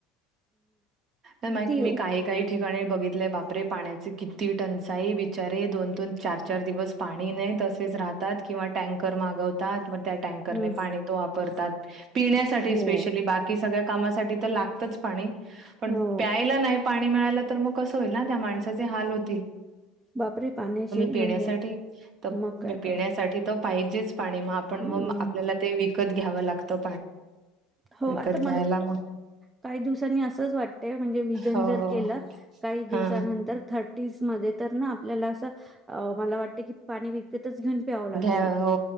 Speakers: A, on the right; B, on the right.
A: मी
B: किती येऊ
A: तर काय काय ठिकाणी बघितलेला आहे काही ठिकाणी किती पाण्याची टंचाई आहे दोन दोन तीन चार दिवस पाणी राहत नाही मग काही टँकर मागवतात पिण्यासाठी
B: हम्म
A: पेशली दुसरं पाणी वापरतात आणि टँकरचे
B: हो
A: पाणी हे बाकी कामासाठी वापर करतात घरातल्या कामासाठी लागतच पण पाणी
B: हो
A: प्यायला आहे दुसरा पाण्याचा वापर करतात पाणी नाही मिळाले तर कसं होईल त्या माणसाचे खूपच हाल होईल
B: बापरे पाण्याशी म्हणजे
A: पिण्यासाठी कमीत
B: मग काय
A: कमी पिण्यासाठी
B: तर
A: पाहिजेच पाणी पण
B: हम्म
A: ते आपल्याला विकत घ्यावं लागतं
B: हो
A: विकत
B: आता
A: घ्यायला मग
B: काही दिवसांसाठी जर आपण विजन
A: हो.
B: जर केले तर
A: हां.
B: खूप चांगलं होईल आपल्याला असं वाटतं एखाद्या वेळेस की पाणी आपल्याला विकत घ्यावं लागेल
A: घ्या हो